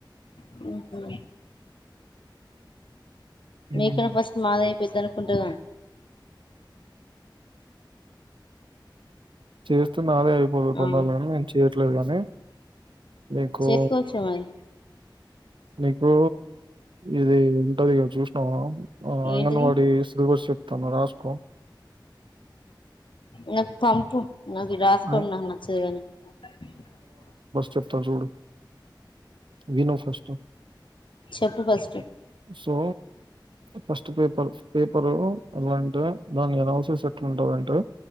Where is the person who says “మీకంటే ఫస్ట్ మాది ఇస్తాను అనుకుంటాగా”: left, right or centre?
Left